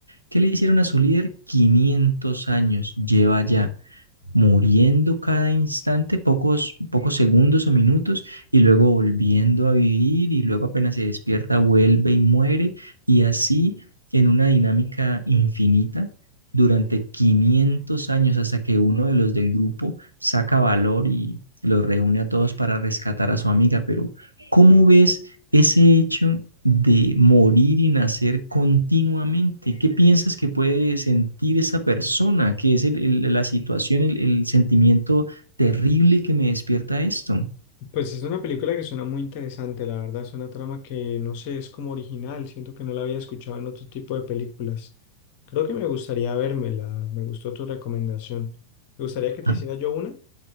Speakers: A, on the right; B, on the left.
A: ¿Qué le hicieron a su líder? 500 años lleva ya muriendo cada instante, pocos, pocos segundos o minutos, y luego volviendo a vivir, y luego apenas se despierta, vuelve y muere, y así en una dinámica infinita durante 500 años hasta que uno de los del grupo saca valor y los reúne a todos para rescatar a su amiga. Pero, ¿cómo ves ese hecho de morir y nacer continuamente. ¿Qué piensas que puede sentir esa persona? ¿Qué es el- el- la situación, el, el sentimiento terrible que me despierta esto?
B: Pues es una película que suena muy interesante, la verdad, es una trama que no sé, es como original, siento que no la había escuchado en otro tipo de películas. Creo que me gustaría vérmela, me gustó tu recomendación. Me gustaría que te
A: Ah,
B: hiciera yo una.